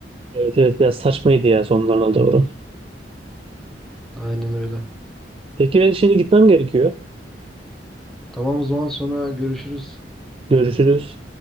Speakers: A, on the right (about 30°); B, in the centre.
A: Evet evet biraz saçmaydı ya sonlarına doğru.
B: Aynen öyle.
A: Peki ben şimdi gitmem gerekiyor.
B: Tamam o zaman sonra görüşürüz.
A: Görüşürüz.